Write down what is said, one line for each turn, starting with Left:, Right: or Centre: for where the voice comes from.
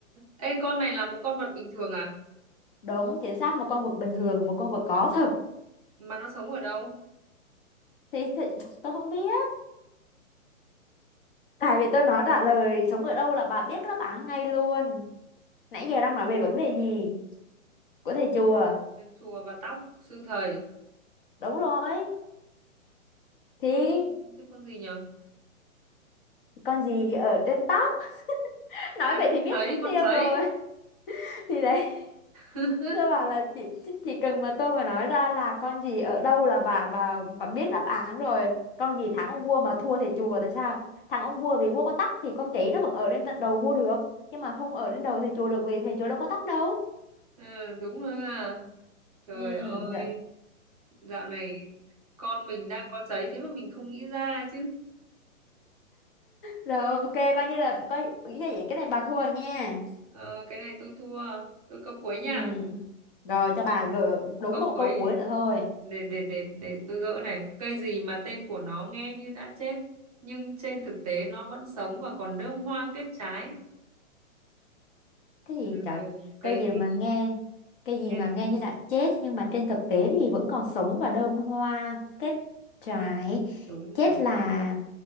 Right: Ê con này là một con vật bình thường à
Left: Đúng, chính xác một con vật bình thường, một con vật có thật.
Right: mà nó sống ở đâu
Left: Thì, thì <tsk> tôi không biết. Tại vì tôi nói trả lời sống ở đâu là bà biết đáp án ngay luôn. Nãy giờ đang nói về vấn đề gì? Của thầy chùa.
Right: Đến chùa và tóc sư thầy
Left: Đúng rồi. Thì
Right: con cái con gì nhỉ
Left: con gì ở trên tóc? <laughs> Nói
Right: à
Left: vậy
Right: con
Left: thì biết
Right: sấy
Left: mất
Right: con
Left: tiêu
Right: sấy
Left: rồi. <laughs> Thì đấy.
Right: <laughs>
Left: Thưa bà là chị chỉ cần mà tôi mà nói ra là con gì ở đâu là bà bà bà biết đáp án rồi. Con gì thắng ông vua mà thua thầy chùa tại sao? Thắng ông vua vì vua có tóc thì con chỉ nó vẫn ở đến đầu vua được, nhưng mà không ở đến đầu thầy chùa được vì thầy chùa đâu có tóc đâu.
Right: Ờ, đúng rồi ha. Trời
Left: Ừ,
Right: ơi,
Left: dạ.
Right: dạo này con mình đang có cháy thế mà mình không nghĩ ra chứ.
Left: Rồi ok, coi như là coi ý là vậy cái này bà thua rồi nha.
Right: Ờ, cái này tôi thua, tôi câu cuối nha.
Left: Ừ. Rồi cho bà
Right: Câu,
Left: gỡ đúng
Right: câu
Left: một
Right: cuối
Left: câu cuối nữa thôi.
Right: để để để để tôi gỡ này. Cây gì mà tên của nó nghe như đã chết nhưng trên thực tế nó vẫn sống và còn đơm hoa kết trái.
Left: cái gì
Right: Ừ,
Left: trời
Right: cây
Left: cái gì
Right: gì?
Left: mà nghe cái gì
Right: nhé?
Left: mà nghe như đã chết nhưng mà trên thực tế thì vẫn còn sống và đơm hoa kết trái
Right: Đúng
Left: chết
Right: rồi.
Left: là